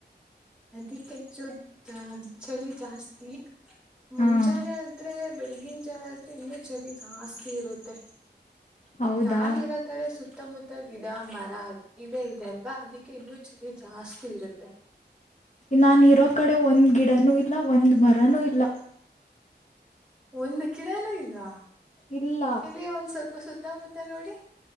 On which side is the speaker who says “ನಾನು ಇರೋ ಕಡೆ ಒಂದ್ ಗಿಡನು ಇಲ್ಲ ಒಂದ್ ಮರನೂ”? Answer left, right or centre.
Left